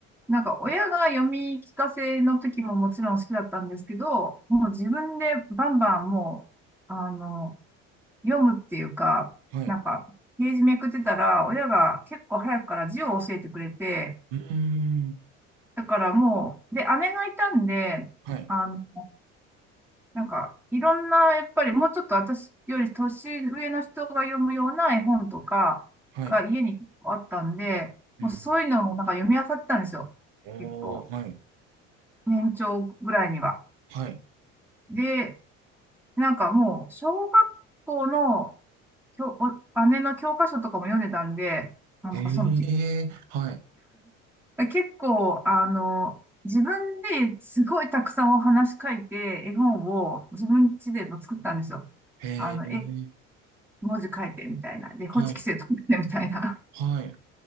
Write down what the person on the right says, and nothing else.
はい。
うーん、
はい、
はい。うん、
おー、
はい、
はい。
ええ、はい。
ええ、
はい、はい。